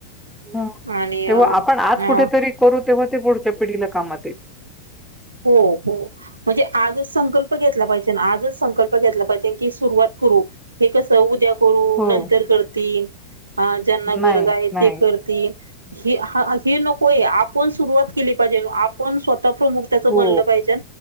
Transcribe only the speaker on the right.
आणि
अ
हो हो म्हणजे आजच संकल्प घेतला पाहिजे ना. आज च संकल्प घेतला पाहिजे की सुरुवात करू ते कसं उद्या करून
नंतर करतील. हा ज्यांना
गरज आहे
ते करतील हे हा हे नकोय आपण सुरुवात केली पाहिजे आपण स्वतः प्रमुख त्याच बनलं
पाहिजे.